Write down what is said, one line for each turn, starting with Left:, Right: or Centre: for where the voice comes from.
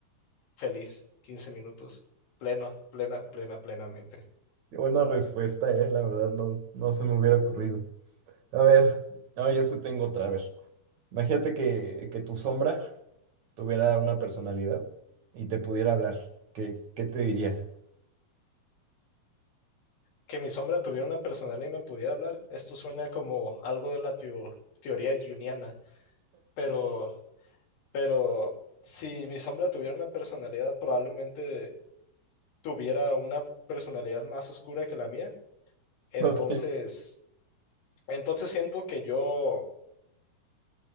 Left: feliz, 15 minutos, plena, plena, plena, plenamente.
Right: qué buena respuesta, eh. La verdad, no, no se me hubiera ocurrido. A ver, ahora yo te tengo otra vez. Imagínate que, que tu sombra tuviera una personalidad y te pudiera hablar. ¿Qué, qué te diría?
Left: que mi sombra tuviera una personalidad y me pudiera hablar. Esto suena como algo de la teo- teoría junguiana, pero, pero si mi sombra tuviera una personalidad, probablemente tuviera una personalidad más oscura que la mía. Entonces,
Right: Ok.
Left: entonces siento que yo,